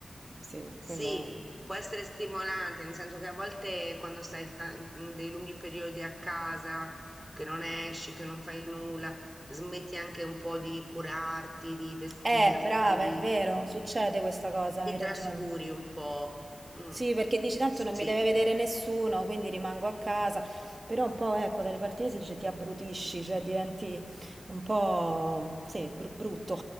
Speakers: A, on the right; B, on the right.
A: Sì,
B: sì,
A: quello.
B: può essere stimolante, nel senso che a volte quando stai ta- mh, dei lunghi periodi a casa, che non esci, che non fai nulla, smetti anche un po' di curarti, di vestirti,
A: Eh, brava,
B: di,
A: è vero, succede questa cosa,
B: ti
A: hai ragione.
B: trascuri un po'. Mm,
A: Sì, perché dici tanto non mi
B: Sì,
A: deve vedere nessuno, quindi rimango a casa. Però un po', ecco, dalle parti mie si dice ti abbrutisci, cioè diventi un po', sì, bru- brutto.